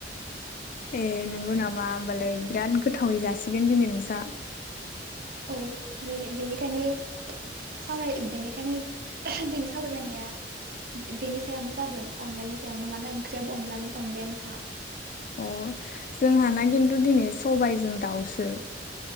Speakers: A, on the left; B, on the right.
A: ए नोंगौ नामा ओमबालाय बिराद गोथावै जासिगोन दिनै नोंसा
B: औ बेनिखायनो साव बेनिखायनो दिनै सावरायलायनाया बेनि सायावनो जादों अनलानि सायावनो मानो ओंख्रियाबो अनलायानोखा
A: अ जोंहाना खिन्थु दिनै सबायजों दाउसो